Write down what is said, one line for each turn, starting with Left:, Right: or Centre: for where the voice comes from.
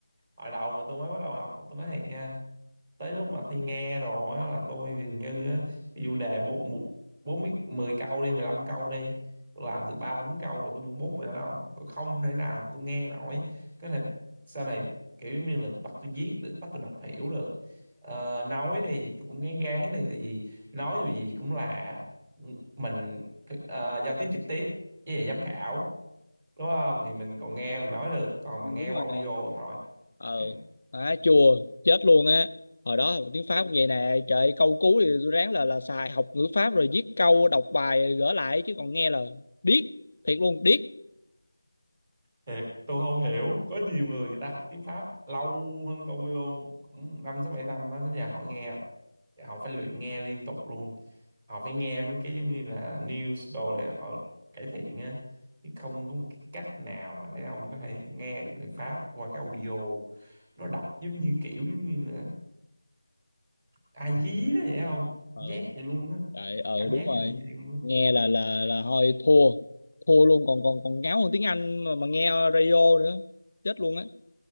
Right: hồi đầu mà tôi mới bắt đầu học tôi nói thiệt nha tới lúc mà thi nghe đồ á là tôi dường như á, ví dụ đề bốn một- bốn mươi mười câu đi 15 câu đi tôi làm được ba bốn câu rồi tôi buông bút rồi đó không tôi không thể nào mà tôi nghe nổi có thể sau này kiểu giống như là bắt tôi viết được bắt tôi đọc hiểu được Ờ, nói đi thì tôi cũng gán gán đi tại vì nói dù gì cũng là mình ờ, giao tiếp trực tiếp với lại giám khảo đúng không thì mình còn nghe mình nói được còn
Left: ừ,
Right: mà nghe
Left: Đúng
Right: qua
Left: rồi
Right: audio
Left: nè
Right: thôi
Left: Ờ
Right: Thì
Left: Má chùa chết luôn á Hồi đó học tiếng Pháp cũng vậy nè Trời câu cú thì tôi ráng là là xài học ngữ Pháp Rồi viết câu đọc bài gỡ lại Chứ còn nghe là điếc Thiệt luôn điếc
Right: Thiệt, tôi không hiểu có nhiều người người ta học tiếng Pháp lâu hơn tôi luôn cũng năm sáu bảy năm á nhà họ nghe họ phải luyện nghe liên tục luôn họ phải nghe mấy cái giống như là news đồ để họ cải thiện á chứ không có một cái cách nào mà để ông có thể nghe được người Pháp qua cái audio nó đọc giống như kiểu giống như là ai dí đó vậy không
Left: Ờ
Right: cảm giác vậy luôn á
Left: Đấy, ừ
Right: cảm
Left: đúng
Right: giác
Left: rồi
Right: là như vậy luôn á
Left: nghe là là là thôi thua thua luôn còn còn còn ngáo hơn tiếng Anh mà, mà nghe radio nữa chết luôn á